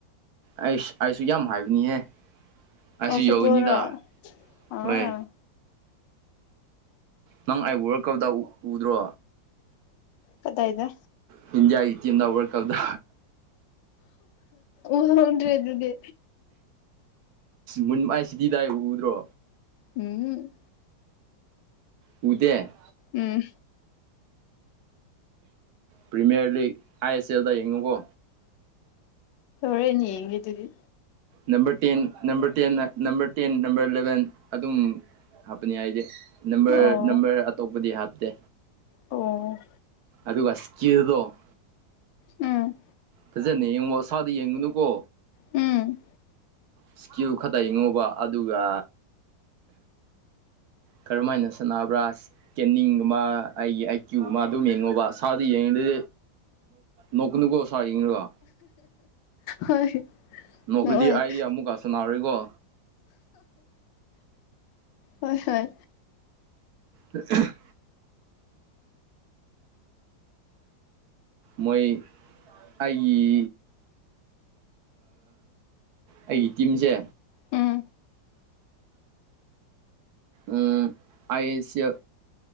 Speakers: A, on the right; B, on the left.
A: ꯑꯩꯁ ꯑꯩꯁꯨ ꯌꯥꯝ ꯍꯥꯏꯕꯅꯤꯍꯦ ꯑꯩꯁꯨ
B: ꯑꯣ ꯐꯨꯠꯕꯣꯜꯔꯣ
A: ꯌꯧꯅꯤꯗ
B: ꯑꯥ
A: ꯍꯣꯏ ꯅꯪ ꯑꯩꯕꯨꯔ ꯀꯧꯗꯥ ꯎꯗ꯭ꯔꯣ
B: ꯀꯠꯇꯥꯏꯗ
A: ꯍꯖꯦꯥꯏꯇ ꯏꯗ ꯍ ꯀꯥꯎꯗ
B: ꯎꯟ꯭ꯔꯔꯤ ꯑꯗꯨꯗꯤ
A: ꯃꯨꯟꯃꯥꯏ ꯁꯤꯇꯤꯗꯥꯏ ꯎꯗ꯭ꯔꯣ
B: ꯎꯝ
A: ꯎꯗꯦ
B: ꯎꯝ
A: ꯄ꯭ꯔꯤꯃꯤꯌꯔ ꯂꯤꯒ ꯑꯥꯏ ꯑꯦꯁ ꯑꯦꯜꯗ ꯌꯦꯡꯉꯨꯀꯣ
B: ꯍꯦꯅꯤ ꯌꯦꯌꯦꯒꯦ ꯑꯗꯨꯗꯤ
A: ꯅꯝꯕꯔ ꯇꯦꯟ ꯅꯝꯕꯔ ꯇ ꯅꯝꯕꯔ ꯇꯦꯟ ꯅꯝꯕꯔ ꯏꯂꯚꯦꯟ ꯑꯗꯨꯝ ꯍꯥꯞꯄꯅꯤ ꯍꯥꯏꯗꯤ ꯅꯝꯕꯔ
B: ꯑꯣ
A: ꯅꯝꯕꯔ ꯑꯇꯣꯞꯄꯗꯤ ꯍꯥꯞꯇꯦ
B: ꯑꯣ
A: ꯑꯗꯨ ꯋꯥꯁꯗꯣ
B: ꯎꯝ
A: ꯊꯖꯠꯅ ꯌꯦꯡꯉꯣ ꯏꯁꯥꯗ ꯌꯦꯡꯉꯨꯅꯨꯀꯣ
B: ꯎꯝ
A: ꯏꯁꯀꯤ꯭ꯌꯨ ꯈꯛꯇ ꯍꯉꯧꯕ ꯑꯗꯨꯒ ꯀꯔꯝꯍ ꯍꯥꯏꯅ ꯁꯥꯟꯅꯕ꯭ꯔꯥ ꯏꯁꯀꯦꯟꯅꯤꯡꯒꯨꯝ ꯃꯥ ꯑꯩꯒꯤ ꯑꯥꯏ ꯀ꯭ꯌꯨ ꯃꯥ ꯑꯗꯨꯝ ꯌꯦꯡꯉꯣꯕ ꯁꯥꯗ ꯌꯦꯡꯉꯗ ꯅꯣꯅꯤꯀꯣ ꯁꯥꯥ ꯌꯦꯣ
B: ꯍꯣꯏ
A: ꯅꯣꯛꯈ꯭ꯔꯗꯤ
B: ꯅꯣꯏ
A: ꯑꯩꯗꯤ ꯑꯃꯨꯛꯀ ꯁꯥꯟꯅꯔꯣꯏꯀꯣ
B: ꯍꯣꯏ ꯍꯣꯏ
A: ꯑ ꯃꯣꯏ ꯑꯩꯒꯤ ꯑꯩꯒꯤ ꯇꯤꯝꯁꯦ
B: ꯎꯝ
A: ꯎꯝ ꯑ ꯑꯦꯁ